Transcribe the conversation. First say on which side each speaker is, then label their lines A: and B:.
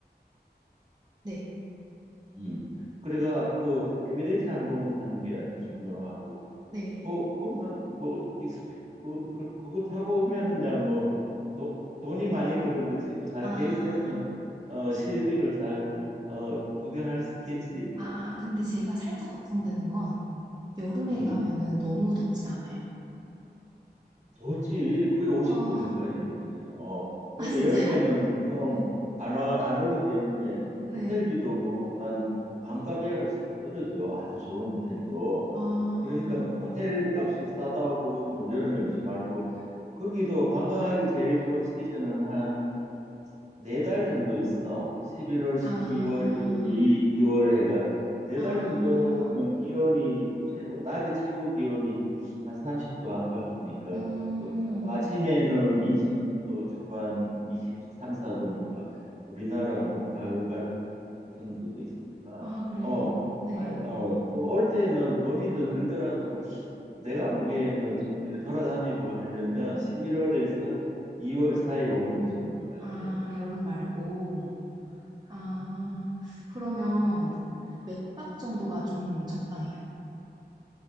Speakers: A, on the right; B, on the right.
A: 네.
B: 음. 그래가 그 에미레이트 항공을 타는 게 아주 중요하고
A: 네.
B: 뭐 그것만 뭐 익스피 그, 그 그거 타고 오면은야 뭐 도, 돈이 많이 들어 그렇지 뭐 잘
A: 아.
B: 계획세우면 어 실비로 잘 어 구경할 수 있겠지.
A: 아 근데 제가 살짝 걱정되는
B: 음.
A: 건 여름에
B: 음.
A: 가면은 너무 덥진 않아요?
B: 덥지. 거의 50도
A: 어.
B: 가까이 되지. 어. 그러니까
A: 아 진짜요?
B: 여름에는 보통
A: 네.
B: 안 와, 안 오기 때문에
A: 네.
B: 호텔비도 뭐 한 반값 이하로 싹 떨어져. 아주 좋은 호텔도.
A: 아.
B: 그러니까 호- 호텔 값이 싸다고 뭐 여름에 오지 말고 거기도 관광하기 제일 좋은 시즌은 한 네 달 정도 있어. 11월, 12월,
A: 아.
B: 1월, 2, 월 이, 이월 해가 네
A: 아.
B: 달 정도는 기온이 뭐 최고 낮에 최고 기온이 한 30도 안팎이니까
A: 음.
B: 또, 또 아, 아침에는 20도 초반 23, 4도니까 우리나라 뭐 가을 같은 것도 있으니까
A: 아 그래요?
B: 어,
A: 네.
B: 아, 어, 좀 올 때는 돈이 더 들더라도 내가 보기에는 좀 이렇게 돌아다니고 하려면 11월에서 2월 사이에 오는 게 좋은 것 같아.
A: 아 여름 말고 아, 그러면 몇 박 정도가 좀 적당해요?